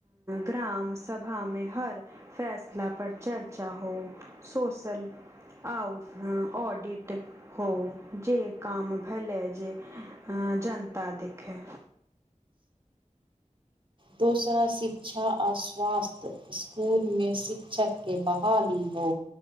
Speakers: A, on the right; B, on the right.
A: ग्राम सभा मे हर फैसला- सला पर चर्चा हो सोशल आउट ऑडिट- हो जे काम भेलए जे अ जनता देखय।
B: दोसरा शिक्षा आ स्वास्थ्य स्कूल मे शिक्षक के बहाली हो